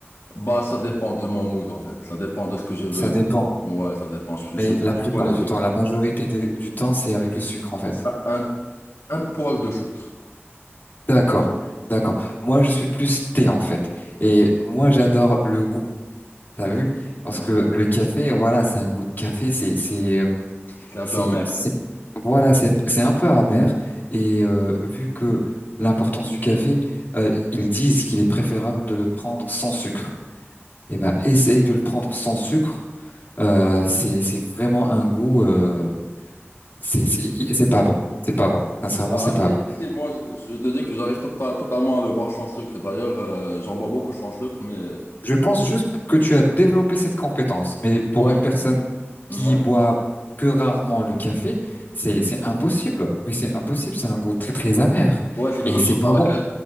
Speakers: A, on the left; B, on the left.
A: Bah, ça dépend de mon mood en fait. Ça dépend de ce que je veux.
B: Ça dépend.
A: Ouais, ça dépend. Je,
B: Mais
A: je, je
B: la plupart
A: bois les
B: du
A: deux.
B: temps, la majorité des- du temps, c'est avec le sucre en fait.
A: Un, un un poil de sucre.
B: D'accord, d'accord. Moi, je suis plus thé en fait. Et moi, j'adore le goût. T'as vu? Parce
A: Ouais.
B: que le café, voilà, c'est un goût de café. C'est, c'est, euh,
A: C'est un
B: c'est,
A: peu amer.
B: c'est- voilà, c'est, c'est un peu amer. Et euh, vu que l'importance du café, euh, ils disent qu'il est préférable de le prendre sans sucre. Eh ben, essayer de le prendre sans sucre, euh, c'est, c'est vraiment un goût. euh, C'est c'est- c'est pas bon. C'est pas bon. Sincèrement,
A: Ah,
B: c'est pas
A: si,
B: bon.
A: si, si, moi, je je te dis que j'arrive tota- totalement à le boire sans sucre. D'ailleurs, euh, j'en bois beaucoup sans sucre, mais...
B: Je pense juste que tu as développé cette compétence, mais pour
A: Ouais,
B: une personne
A: ouais.
B: qui boit que rarement le café, c'est c'est impossible. Mais c'est impossible. C'est un goût très très amer
A: Ouais, c'est quelque
B: et c'est
A: chose
B: pas
A: dans laquelle...
B: bon.